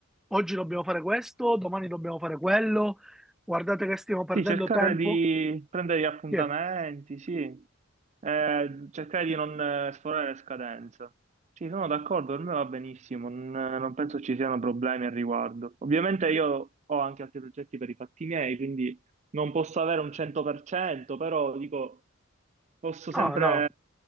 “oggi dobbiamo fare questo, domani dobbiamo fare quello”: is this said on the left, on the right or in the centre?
Centre